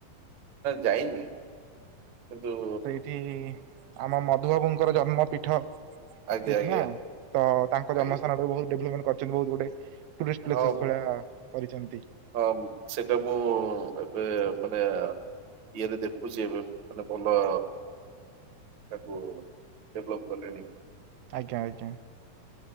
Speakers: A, on the right; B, on the right.
A: ଯାଇନି କିନ୍ତୁ
B: ସେଇଠି ଆମ ମଧୁବାବୁଙ୍କର ଜନ୍ମ ପୀଠ। ସେଠି
A: ଆଜ୍ଞା ଆଜ୍ଞା
B: ନା ତ ତାଙ୍କ ଜନ୍ମସ୍ଥାନରେ
A: ଆଜ୍ଞା
B: ବହୁ ଡେଭଲପମେଣ୍ଟ କରିଛନ୍ତି ବହୁତ ଗୁଡେ। ଟୁରିଷ୍ଟ ପ୍ଲେସେସ୍
A: ହଁ
B: ଭଳିଆ କରିଛନ୍ତି।
A: ହଁ ସେଟା ମୁଁ ଏବେ ମାନେ ଇଏରେ ଦେଖୁଛି ଏବେ ମାନେ ଭଲ ତାକୁ ଡେଭଲପ କଲେଣି।
B: ଆଜ୍ଞା-ଆଜ୍ଞା।